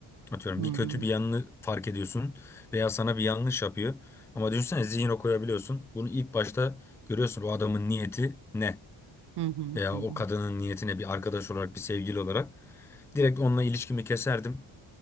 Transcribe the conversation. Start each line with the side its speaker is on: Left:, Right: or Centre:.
Centre: Atıyorum
Right: Hı
Centre: bir
Right: hı.
Centre: kötü bir yanını fark ediyorsun veya sana bir yanlış yapıyor. Ama düşünsene zihin okuyabiliyorsun. Bunu ilk başta görüyorsun o adamın niyeti ne?
Right: Hı hı.
Centre: Veya
Right: Hı hı.
Centre: o kadının niyeti ne bir arkadaş olarak bir sevgili olarak. Direkt onunla ilişkimi keserdim.